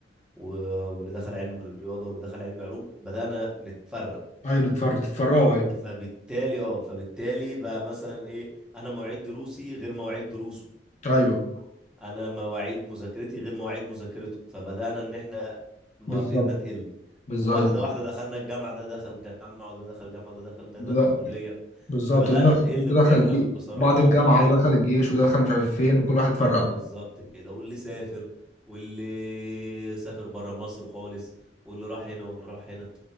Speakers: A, in the centre; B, on the left.
A: و- واللي دخل علم رياضه واللي دخل علم علوم بدانا نتفرق
B: ايوه نتفر تتفرقوا ايوه
A: فبالتالي اه فبالتالي بقى مثلا ايه انا مواعيد دروسي غير مواعيد دروسه
B: ايوه
A: انا مواعيد مذاكرتي غير مواعيد مذاكرته فبدأنا ان احنا مقابلتنا
B: بالظبط
A: تقل
B: بالظبط
A: واحدة
B: أيوة.
A: واحدة دخلنا الجامعة ده دخل جامعة وده دخل جامعة وده دخل ده
B: ده-
A: دخل كلية
B: بالظبط
A: بدأنا
B: ده دخل
A: نقل
B: ده
A: فعلا
B: دخل جي
A: بصراحة
B: بعد الجامعه
A: يعني
B: ده دخل الجيش ودخل مش عارف فين وكل واحد اتفرق بقى
A: بالظبط كده واللي سافر واللي سافر برا مصر خالص واللي راح هنا واللي راح هنا